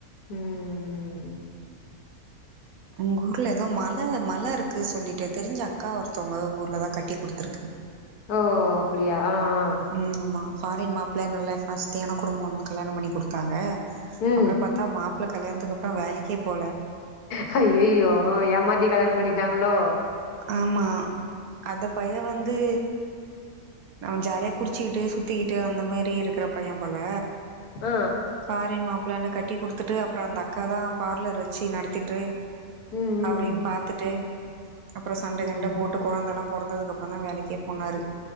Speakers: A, on the left (about 85°); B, on the right (about 75°).
A: ம்
B: உங்க ஊர்ல எதோ மல மல இருக்கு சொல்லிட்டு தெரிஞ்ச அக்கா ஒருத்தவங்க உங்க ஊர்லதா கட்டி குடுத்திருக்கு
A: ஓ அப்டியா ஆ ஆ
B: ம் ஆமா ஃபாரின் மாப்பிள்ள நல்லா காஸ்தியான குடும்போன்னு கல்யாணோ பண்ணி குடுத்தாங்க
A: ம்
B: அப்றோ பா த்தா மாப்பிள கல்யாணத்துக்கு அப்றோ வேலைக்கே போல
A: ஹய்யய்யோ ஏமாத்தி கல்யாணோ பண்ணிடாங்ளோ
B: ஆமா அத பையன் வந்து அவன் ஜாலியா குடிச்சுக்கிட்டு சுத்திக்கிட்டு அந்த மாரி இருக்கிற பையன் போல
A: ஆ
B: பாரின் மாப்பிளன்னு கட்டி குடுத்துட்டு அப்றோ அந்த அக்கா தா பார்லர் வெச்சு நடத்திட்டு
A: ம் ம்
B: அவரையு பாத்துட்டு அப்றோ சண்ட
A: ம்
B: கிண்ட போட்டு கொழந்தெல்லா பொறந்ததுக் அப்புறம் தா வேலைக்கே போனாரு